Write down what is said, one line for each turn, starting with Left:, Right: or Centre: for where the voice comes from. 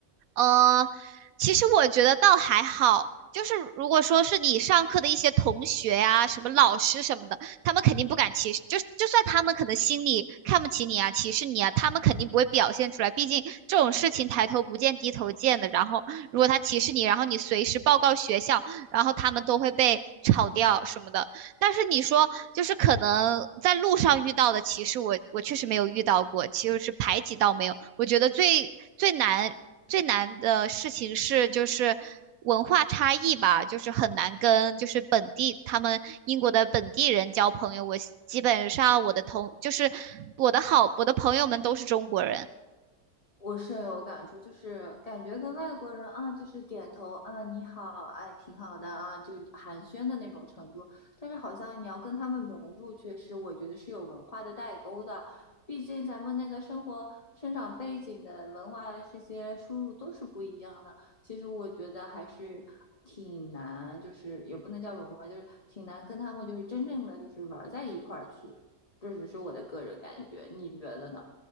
Right: 呃，其实我觉得倒还好，就是如果说是你上课的一些同学呀、什么老师什么的，他们肯定不敢歧视，就就算他们可能心里看不起你啊、歧视你啊，他们肯定不会表现出来。毕竟这种事情抬头不见低头见的。然后如果他歧视你，然后你随时报告学校，然后他们都会被炒掉什么的。但是你说，就是可能在路上遇到的歧视我，我确实没有遇到过，其实是排挤倒没有。我觉得最最难最难的事情是就是文化差异吧，就是很难跟就是本地他们英国的本地人交朋友。我基本上我的同就是我的好我的朋友们都是中国人。
Left: 我深有感触，就是感觉跟外国人啊，就是点头啊，你好，哎，挺好的啊，就寒暄的那种程度。但是好像你要跟他们融入，确实我觉得是有文化的代沟的。毕竟咱们那个生活、生长背景的文化这些输入都是不一样的。其实我觉得还是挺难，就是也不能叫融入吧，就是挺难跟他们就是真正的就是玩在一块儿去。这只是我的个人感觉，你觉得呢？